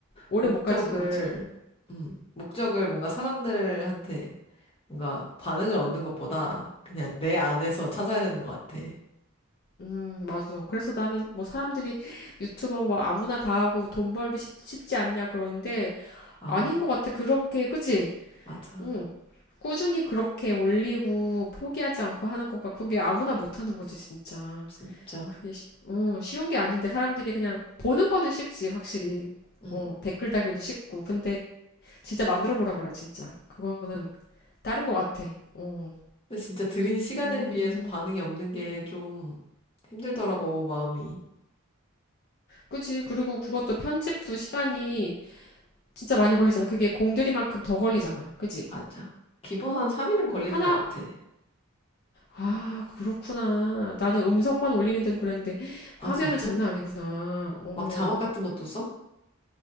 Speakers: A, on the left; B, on the left.
A: 오래
B: 목적을
A: 못 가지, 맞아.
B: 음, 목적을 뭔가 사람들한테 뭔가 반응을 얻는 것보다 그냥 내 안에서 찾아야 되는 것 같아.
A: 음, 맞아. 그래서 나는 뭐 사람들이 유튜버 뭐 아무나 다 하고 돈 벌기 쉽, 쉽지 않냐 그러는데
B: 아우,
A: 아닌 것 같아. 그렇게, 그치?
B: 맞아.
A: 응. 꾸준히 그렇게 올리고 포기하지 않고 하는 것과 그게 아무나 못 하는 거지, 진짜.
B: 진짜.
A: 그게 쉬, 어, 쉬운 게 아닌데 사람들이 그냥 보는 거는 쉽지, 확실히.
B: 응.
A: 어, 댓글 달기도 쉽고. 근데 진짜 만들어 보라 그래, 진짜. 그거는 다른 것 같아. 어.
B: 근데 진짜 들인 시간에
A: 음.
B: 비해서 반응이 없는 게 좀 힘들더라고, 마음이.
A: 그치. 그리고 그것도 편집도 시간이 진짜 많이 걸리잖아. 그게 공들이만큼 더 걸리잖아. 그치?
B: 맞아. 기본 한 3일은 걸리는
A: 하나,
B: 것 같아.
A: 아, 그렇구나. 나는 음성만 올리는 데도 그랬는데, 화면은
B: 아, 진짜?
A: 장난 아니구나. 어.
B: 막 자막 같은 것도 써?